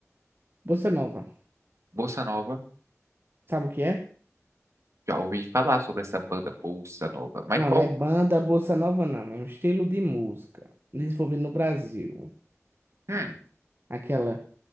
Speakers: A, on the right; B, on the right.
A: Bossa Nova.
B: Bossa Nova?
A: Sabe o que é?
B: Já ouvi falar sobre essa banda Bossa Nova, mas
A: Não,
B: qual?
A: não é banda Bossa Nova, não. É um estilo de música desenvolvido no Brasil.
B: Hum.
A: Aquela.